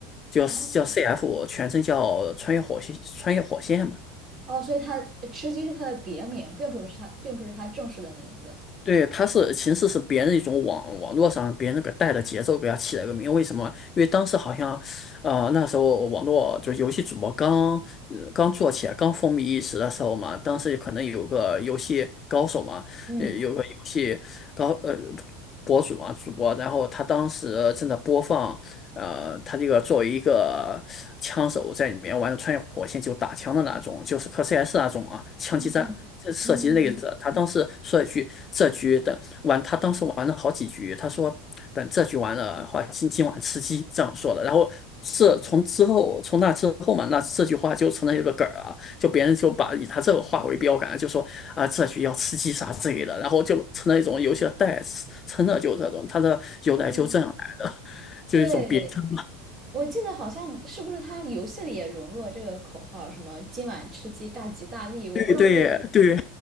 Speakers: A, on the left (about 35°); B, on the right (about 30°).
A: 叫叫
B: 哦
A: CF，全称叫穿越火线，穿越火线嘛。
B: 哦，所以它呃吃鸡是它的别名，并不是它，并不是它正式的名字。
A: 对，它是其实是别人一种网网络上别人给带的节奏给它起了个名，为什么？因为当时好像，呃，那时候网络就是游戏主播刚呃刚做起来，刚风靡一时的时候嘛，当时可能有个游戏高手嘛，
B: 嗯
A: 呃，有个游戏高呃博主嘛，主播，然后他当时正在播放。呃，他这个作为一个枪手在里面玩穿越火线就打枪的那种，就是和 CS 那种啊枪击战这射击类的。
B: 嗯嗯嗯，
A: 他当时说一句，这局的玩，他当时玩了好几局，他说等这局完了的话，今今晚吃鸡这样说的。然后这从之后，从那之后嘛，那这句话就成了一个梗儿啊，就别人就把以他这个话为标杆，就说啊这局要吃鸡啥之类的，然后就成了一种游戏的代词，成了就这种，他的由来就这样来的。
B: 对，
A: 就是一种别称。
B: 对，我记得好像是不是它游戏里也融入了这个口号，什么今晚吃鸡大吉大利，我不知道这个，
A: 对对对，